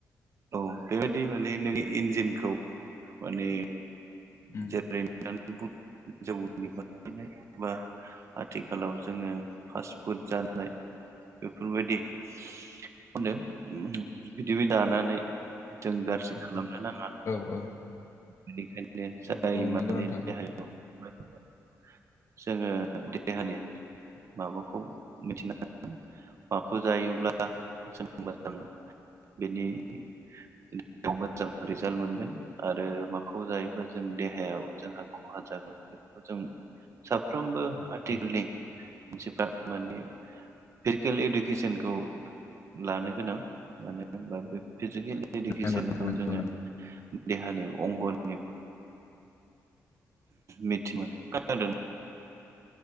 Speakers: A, on the right (about 50°); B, on the left (about 50°).
A: औ बेबायदि माने नों इन्जिनखौ माने
B: उम
A: <unintelligible> बा आथिखालाव जोङो फास्टफुड जानाय बेफोरबायदि <unintelligible> बिदि बे दानानै जों
B: नंगौ
A: गाज्रि
B: नोंथां
A: खालामनो
B: नंगौ
A: नाङा
B: औ औ
A: बेनिखायनो जाय
B: औ औ नंगौ
A: माने
B: नोंथां
A: देहाया <inaudible> जोङो देहानि माबाखौ मिथिना माखौ जायोब्ला जों मोजां बेनि <unintelligible> मोजां रिजाल्ट मोनगोन। आरो माखौ जायोबा जों देहायाव जोंहा ख'हा जागोन जों साफ्रोमबो
B: औ
A: आथिखालनि
B: औ
A: मानसिफ्रा माने फिटकेल इडुकेसनखौ लानो गोनां मानो होनबा बे फिजिकेल इडुकेसनाव
B: नंगौ नोंथां नंगौ
A: जोङो
B: नंगौ
A: देहानि अंगनि मिथि मोनो <unintelligible>